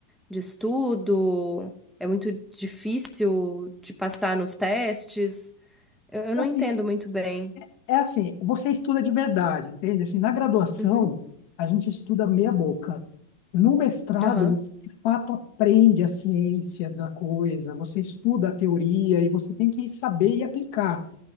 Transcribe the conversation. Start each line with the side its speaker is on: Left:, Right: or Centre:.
Centre: de estudo, é muito difícil de passar nos testes. Eu, eu não
Left: É Assim,
Centre: entendo muito bem.
Left: é assim, você estuda de verdade, entende? Assim, na graduação,
Centre: Uhum,
Left: a gente estuda meia boca. No mestrado,
Centre: aham,
Left: você, de fato, aprende a ciência da coisa, você estuda a teoria e você tem que saber e aplicar.